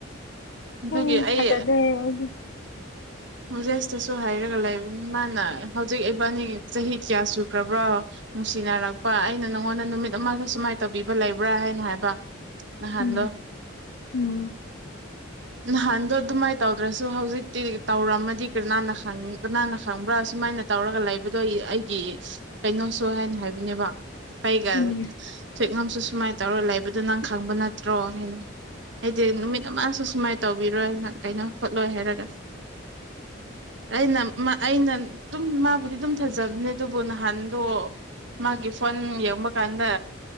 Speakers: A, on the right; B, on the left.
A: ꯑꯗꯨꯒꯤ
B: ꯑꯦ
A: ꯑꯩ
B: <unintelligible>
A: ꯃꯖꯦꯁꯇꯁꯨ ꯍꯥꯏꯔꯒ ꯂꯩꯕꯅꯤ ꯃꯥꯅ ꯍꯧꯖꯤꯛ ꯏꯕꯥꯅꯤꯒꯤ ꯆꯍꯤ ꯀꯌꯥ ꯁꯨꯈ꯭ꯔꯕ꯭ꯔꯥ ꯅꯨꯡꯁꯤꯅꯔꯛꯄ ꯑꯩꯅ ꯅꯪꯉꯣꯟꯗ ꯅꯨꯃꯤꯠ ꯑꯃꯒꯤ ꯁꯨꯃꯥꯏꯅ ꯇꯧꯕꯤꯕ ꯂꯩꯕ꯭ꯔꯥ ꯍꯥꯏꯅ ꯍꯥꯏꯕ꯫꯫ <unintelligible> ꯅꯍꯥꯟꯂꯣ꯫
B: ꯎꯝ ꯎꯝ
A: ꯅꯍꯥꯟꯗꯣ ꯑꯗꯨꯃꯥꯏ ꯇꯧꯗ꯭ꯔꯁꯨ ꯍꯧꯖꯤꯛꯇꯤ ꯇꯧꯔꯝꯃꯗꯤ ꯀꯅꯥꯅ ꯈꯪ ꯀꯅꯥꯅ ꯈꯪꯕ꯭ꯔꯥ ꯁꯨꯃꯥꯏꯅ ꯇꯧꯔꯒ ꯂꯩꯕꯗꯣ ꯑꯩꯒꯤ ꯀꯩꯅꯣꯁꯨ ꯍꯥꯏꯅ ꯍꯥꯏꯕꯅꯦꯕ ꯑꯩꯒ
B: ꯎꯝ
A: ꯁꯨꯏꯉꯝꯁꯨ ꯁꯨꯃꯥꯏꯅ ꯇꯧꯔ ꯂꯩꯕꯗꯨ ꯅꯪ ꯈꯡ ꯈꯪꯕ ꯅꯠꯇ꯭ꯔꯣ ꯍꯥꯏꯗꯤ ꯅꯨꯃꯤꯠ ꯑꯃꯁꯨ ꯁꯨꯃꯥꯏꯅ ꯇꯧꯕꯤꯔꯣꯏꯅ ꯀꯩꯅ ꯈꯣꯠꯂꯣꯏ ꯍꯥꯏꯔꯒ ꯑꯩꯅ ꯑꯩꯅ ꯑꯗꯨꯝ ꯃꯥꯕꯨꯗꯤ ꯑꯗꯨꯝ ꯊꯖꯕꯅꯦ ꯑꯗꯨꯕꯨ ꯅꯍꯥꯟꯗꯣ ꯃꯥꯒꯤ ꯐꯣꯟ ꯌꯦꯡꯕ ꯀꯥꯟꯗ